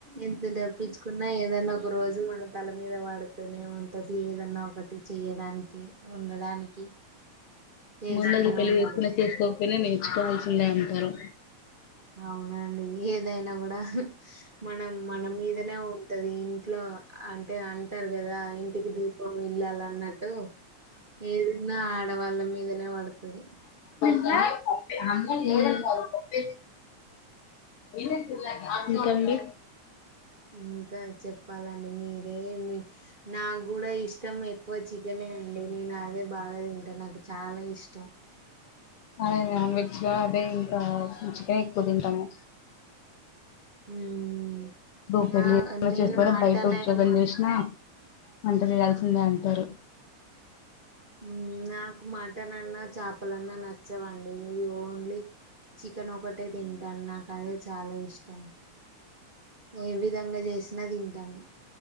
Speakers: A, on the right; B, on the left.
A: ఎంత తప్పించుకున్నా ఏదన్నా ఒక రోజు మన తల మీద వాడుతూనే ఉంటది ఏదన్నా ఒకటి చేయడానికి ఉండడానికి చేస్తూనే
B: ముందు ఉండి పెళ్లి
A: ఉండాలి
B: చేసుకున్న
A: మనం
B: చేసుకోక పోయిన నేర్చు నేర్చుకోవాల్సిందే అంటారు
A: అవునండి ఏదైనా కూడా మనం మన మీదనే ఉంటది ఇంట్లో అంటే అంట అంటారు కదా ఇంటికి దీపం ఇల్లాలు అన్నట్టు ఏది ఉన్నా ఆడవాళ్ళ మీదనే పడతది
B: ప్ప అన్నారు కప్ప ఏ <unintelligible>
A: ఇంకా చెప్పాలండి మీరే నాకు కూడా ఇష్టం ఎక్కువ చికెనే అండి నేను అదే బాగా తింటాను నాకు చాలా ఇష్టం త్త
B: అదే నాన్ వెజ్లో అదే ఇంక కావ్ మేం చికెనే ఎక్కువ తింటాము.
A: ఉమ్
B: బూమ్
A: నా
B: పల్లి <unintelligible>
A: నేను
B: చేయకపోవడం
A: మటన్
B: బయట ఉద్యోగాలు
A: అయినా
B: చేసిన వంట చేయాల్సిందే అంటారు.
A: ఉం నాకు మటన్ అన్నా చేపలన్నా నచ్చవండి ఓన్లీ చికెన్ ఒకటే తింటాను నాకు అదే చాలా ఇష్టం. నువ్వు ఏ విధంగా చేసినా తింటాను